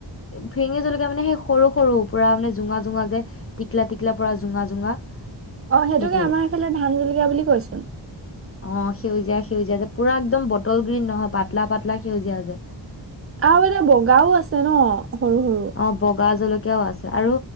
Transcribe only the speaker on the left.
ফিৰিঙি জলকীয়া মানে সেই সৰু সৰু পুৰা মানে জোঙা জোঙা যে টিকলা টিকলা পৰা জোঙা জোঙা।
সেইটো
অ সেউজীয়া সেউজীয়া যে পুৰা একদম বটল গ্ৰীণ নহয় পাতলা পাতল। লাক সেউজীয়া যে
অ বগা জলকীয়াও আছে আৰু